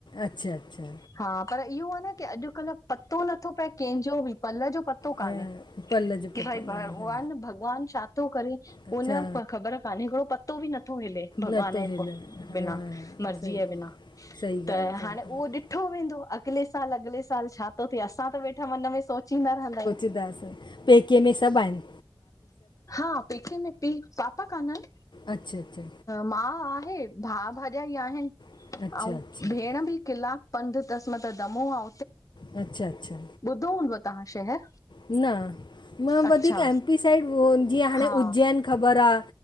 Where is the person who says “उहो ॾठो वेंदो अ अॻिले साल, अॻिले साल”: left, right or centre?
Left